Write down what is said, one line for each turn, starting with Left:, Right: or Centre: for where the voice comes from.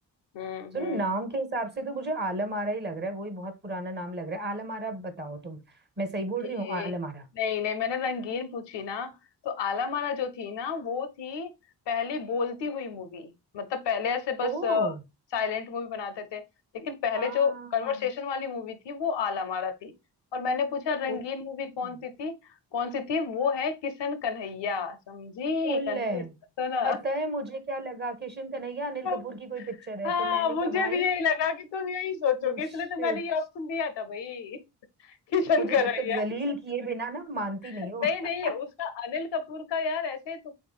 Left: हम्म
Right: सुनो
Left: हम्म
Right: नाम के हिसाब से तो मुझे आलम आरा ही लग रहा है वही बहुत पुराना नाम लग रहा है आलम आरा बताओ तुम मैं सही बोल
Left: ये
Right: रही हूँ आलम आरा
Left: नहीं नहीं मैंने रंगीन पूछी ना तो आला माला जो थी ना वो थी पहली बोलती हुई मूवी मतलब पहले ऐसे
Right: ओ
Left: बस साइलेंट मूवी बनाते थे लेकिन पहले
Right: हाँ
Left: जो कन्वर्सेशन वाली मूवी थी वो आला माला थी और मैंने पूछा रंगीन
Right: ओके
Left: मूवी कौन सी थी कौन सी थी वो है किशन कन्हैया समझी
Right: बोल
Left: कंफ्यूज
Right: रहे हैं।
Left: तो ना
Right: पता है मुझे क्या लगा किशन कन्हैया अनिल
Left: <laughs>
Right: कपूर की कोई पिक्चर है
Left: हाँ
Right: तो मैंने
Left: मुझे
Right: कहा भाई
Left: भी यही लगा कि तुम यही सोचोगे
Right: Oh
Left: इसलिए
Right: shit
Left: तो मैंने ये ऑप्शन दिया था भाई <laughs> किशन
Right: तुम मुझे
Left: कन्हैया
Right: जब तक जलील किए बिना ना मानती नहीं
Left: नहीं
Right: हो
Left: नहीं
Right: <laughs>
Left: उसका अनिल कपूर का यार ऐसे तो